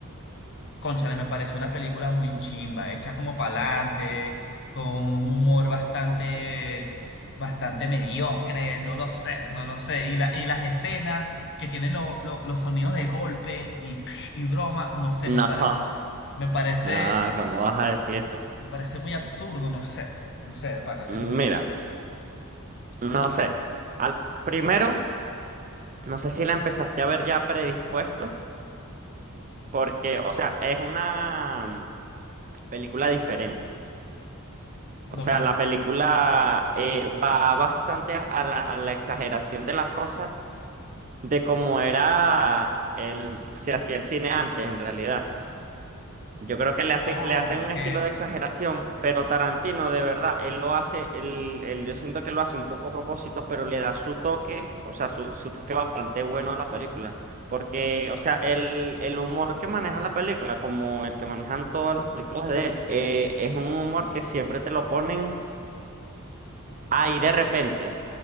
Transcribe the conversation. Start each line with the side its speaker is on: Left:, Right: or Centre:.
Left: Cónchale, me pareció una película muy chimba, hecha como pa'lante, con un humor bastante, bastante mediocre, no lo sé, no lo sé. Y, la, y las escenas que tienen lo- lo- los sonidos de golpe y, psh, y broma, no sé, me
Right: No,
Left: parece, me parece,
Right: Ah, ¿cómo vas a decir eso?
Left: me parece muy absurdo, no sé, no sé, de pana,
Right: Mm,
Left: em,
Right: Mira, no sé. Al, primero, no sé si la empezaste a ver ya predispuesto, porque, o sea, es una mm, película diferente. O
Left: lo
Right: sea,
Left: vi.
Right: la película eh, va bastante a, a la, a la exageración de las cosas, de cómo era el, se hacía el cine antes, en realidad. Yo creo que le
Left: Oh,
Right: hacen, le hacen un
Left: ok.
Right: estilo de exageración, pero Tarantino, de verdad, él lo hace, él- él- yo siento que lo hace un poco a propósito, pero le da su toque, o sea, su, su toque bastante bueno a la película. Porque, o sea, el, el humor que maneja la película, como el que manejan todas las películas de él, eh, es un humor que siempre te lo ponen ahí de repente.